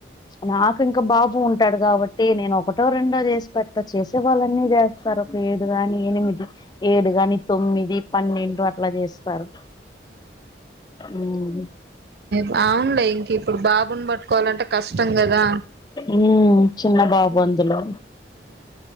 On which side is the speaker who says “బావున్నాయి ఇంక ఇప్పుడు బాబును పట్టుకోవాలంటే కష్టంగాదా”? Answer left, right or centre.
Right